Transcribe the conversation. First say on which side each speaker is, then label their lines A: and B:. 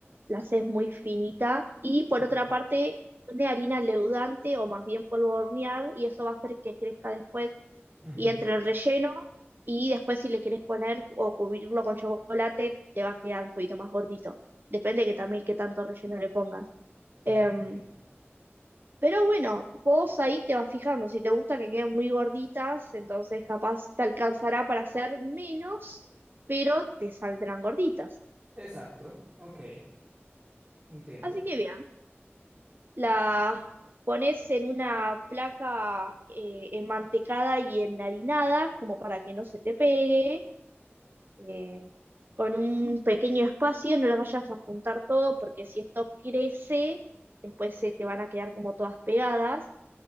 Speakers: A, on the right (about 50°); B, on the right (about 30°).
A: la haces muy finita. Y por
B: Ok.
A: otra parte, de harina leudante o más bien polvo de hornear, y eso va a hacer que crezca después
B: Ujú,
A: y entre el relleno y después si le quieres poner o cubrirlo con chocolate, te va a quedar un poquito más gordito. Depende que también qué tanto relleno le pongas.
B: Ya
A: Em,
B: entiendo.
A: pero bueno, vos ahí te vas fijando. Si te gusta que queden muy gorditas, entonces capaz te alcanzará para hacer menos, pero te saldrán gorditas.
B: Exacto, ok, entiendo.
A: Así que bien, las pones en una placa eh, enmantecada y enharinada, como para que no se te pegue eh, con un pequeño espacio, no los vayas a juntar todo, porque si esto crece, después se te van a quedar como todas pegadas.